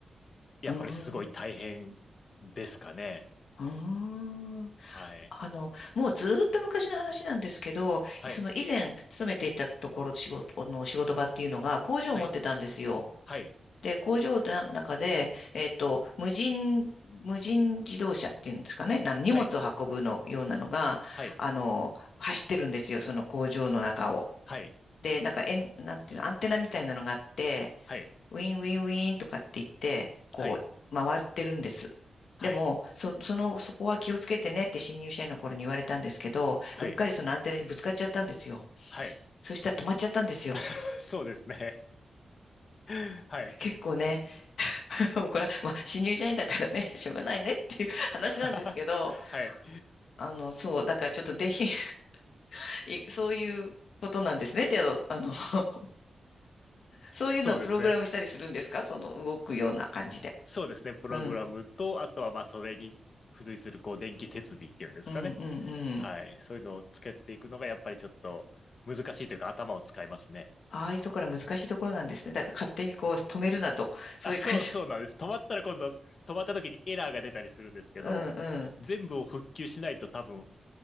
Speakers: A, on the left (about 50°); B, on the left (about 75°).
A: やっぱりすごい大変ですかね。
B: うーん、うーん。
A: はい。
B: あの、もうずーっと昔の話なんですけど、
A: はい。
B: その以前勤めていたところ、仕事の仕事場っていうのが工場を持ってたんですよ。
A: はい。はい。
B: で、工場の中で、えっと、無人、無人自動車っていうんですかね、な荷物を運ぶのようなのが、
A: はい。はい。
B: あの、走ってるんですよ、その工場の中を。
A: はい。
B: で、なんか、えん、なんていうの、アンテナみたいなのがあって、
A: はい。
B: ウィンウィンウィンとかって言って、こう、
A: はい。
B: 回ってるんです。
A: はい。
B: でも、そ、その、そこは気をつけてねって新入社員の頃に言われたんですけど、
A: はい。
B: うっかりそのアンテナにぶつかっちゃったんですよ。
A: はい。
B: そしたら止まっちゃったんですよ。
A: <laughs> そうですね。はい。
B: 結構ね、<laughs> もうこれは、まあ、新入社員だからね、<laughs> しょうがないねっていう <laughs> 話なんですけど、
A: <laughs> はい。
B: あの、そう、だからちょっとぜひ、<laughs> いそういうことなんですね。じゃあ、あの、<laughs> そそういうのをプログラムしたりするんですかその動くような感じで。
A: そうですね。そうですね。プログラムと、
B: うん、
A: あとはまあそれに付随するこう電気設備っていうんですかね。
B: うん、うん、うん。
A: はい。そういうのをつけていくのがやっぱりちょっと難しいというか頭を使いますね。
B: ああいうところは難しいところなんですね。だから勝手にこう止めるなと。そういう感じ。
A: あ、そう、そうなんです。止まったら今度、止まった時にエラーが出たりするんですけど、
B: うんうん。
A: 全部を復旧しないと多分